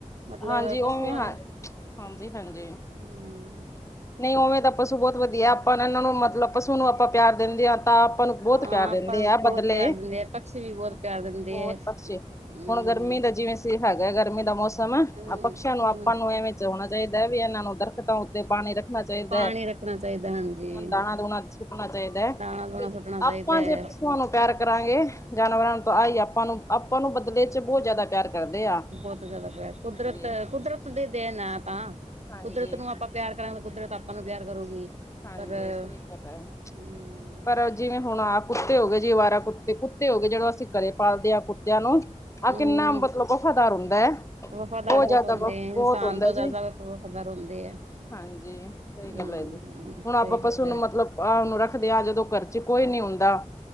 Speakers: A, on the right; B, on the left.
A: ਮੱਤਲਬ
B: ਹਾਂਜੀ ਉਵੇਂ
A: ਪਸ਼ੂ ਆ
B: ਹਾਂ
A: ਨੂੰ
B: ਹਾਂਜੀ ਹਾਂਜੀ
A: ਹਮ
B: ਨਹੀਂ ਉਵੇਂ ਤਾਂ ਪਸ਼ੂ ਬਹੁਤ ਵਧੀਆ ਆਪਾਂ ਇਹਨਾਂ ਨੂੰ ਮੱਤਲਬ ਪਸ਼ੂ ਨੂੰ ਆਪਾਂ ਪਿਆਰ ਦਿੰਦੇ ਹਾਂ ਤਾਂ ਆਪਾਂ ਨੂੰ ਬਹੁਤ
A: ਹਾਂ
B: ਕਹਿ ਦਿੰਦੇ
A: ਆਪਾਂ ਨੂੰ
B: ਆ
A: ਬਹੁਤ
B: ਪਤਲੇ
A: ਪਿਆਰ ਦਿੰਦੇ ਆ ਪਕਸ਼ੀ ਵੀ ਬਹੁਤ
B: ਬਹੁੱਤ
A: ਪਿਆਰ ਦਿੰਦੇ ਹੈ
B: ਪਾਸੇ
A: ਹਮ
B: ਹੁਣ ਗਰਮੀ ਦਾ ਜਿਵੇਂ ਸੀ ਹੈਗਾ ਗਰਮੀ ਦਾ ਮੌਸਮ ਆਹ
A: ਹਮ
B: ਪਕਸ਼ੀਆਂ ਨੂੰ
A: ਹਮ
B: ਆਪਾਂ ਨੂੰ ਇਵੇਂ ਚ ਹੋਣਾ ਚਾਹੀਦਾ ਵੀ ਇਹਨਾਂ ਨੂੰ ਉਧਰ ਕਂਧਾ ਉੱਤੇ ਪਾਣੀ ਰੱਖੋ ਹੋਣਾ ਚਾਹੀਦਾ
A: ਪਾਣੀ
B: ਹੈ
A: ਰੱਖਣਾ ਚਾਹੀਦਾ ਹਾਂਜੀ
B: ਦਾਣਾ ਦੁਣਾ ਸੁੱਟਣਾ ਚਾਹੀਦਾ ਹੈ
A: ਦਾਣਾ ਦੂਣਾ
B: ਤੇ
A: ਸੁੱਟਣਾ ਚਾਹੀਦਾ
B: ਆਪਾਂ
A: ਹੈ।
B: ਜੇ ਪਸ਼ੂਆਂ ਨੂੰ ਪਿਆਰ ਕਰਾਂਗੇ ਜਾਨਵਰਾਂ ਤੋਂ ਆਈ ਆਪਾਂ ਨੂੰ ਆਪਾਂ ਨੂੰ ਬਦਲੇ ਚੱ ਬਹੁੱਤ ਜ਼ਿਆਦਾ ਪਿਆਰ ਕਰਦੇ ਆ
A: ਬਹੁਤ ਜ਼ਿਆਦਾ ਪਿਆਰ
B: ਹਾਂਜੀ
A: ਕੁਦਰਤ ਕੁਦਰਤ ਦੇ ਦੇਨ ਹੈ ਤਾਂ
B: ਹਾਂਜੀ
A: ਕੁਦਰਤ ਨੂੰ ਆਪਾਂ ਪਿਆਰ ਕਰਾਗੇ ਕੁਦਰਤ ਆਪਾਂ ਨੂੰ ਪਿਆਰ ਕਰੂਗੀ
B: ਹਾਂਜੀ
A: ਪਰ
B: ਸਹੀ
A: ਹਮ
B: ਗੱਲ ਹੈ ਪਰ ਜਿਵੇਂ ਹੁਣ ਆਹ ਕੁੱਤੇ ਹੋ ਗਏ ਜੀ ਅਵਾਰਾ ਕੁੱਤੇ ਕੁੱਤੇ ਹੋ ਗਏ ਜਿਹੜੋਂ ਅਸੀਂ ਘਰੇ ਪਾਲਦੇ ਹਾਂ ਕੁੱਤਿਆਂ ਨੂੰ ਆਹ
A: ਹਮ
B: ਕਿੰਨਾ ਮੱਤਲਬ ਵਫ਼ਾਦਾਰ ਹੁੰਦਾ ਹੈ
A: ਵਫ਼ਾਦਾਰ ਬਹੁਤ
B: ਜ਼ਿਆਦਾ
A: ਹੁੰਦੇ
B: ਵ
A: ਹੈ ਇਨਸਾਨ
B: ਬਹੁਤ ਹੁੰਦਾ
A: ਤੋਂ ਜ਼ਿਆਦਾ
B: ਜੀ
A: ਵਫ਼ਾਦਾਰ ਹੁੰਦੇ ਹੈ
B: ਹਾਂਜੀ ਸਹੀ
A: ਹਮ
B: ਗੱਲ ਹੈ ਜੀ ਹੁਣ ਆਪਾਂ
A: ਸਹੀ ਗੱਲ
B: ਪਸ਼ੂ
A: ਹੈ
B: ਨੂੰ ਮੱਤਲਬ ਆ ਓਨੂੰ ਰੱਖਦੇ ਆਂ, ਜਦੋਂ ਘਰ ਚ ਕੋਈ ਨੀ ਹੁੰਦਾ।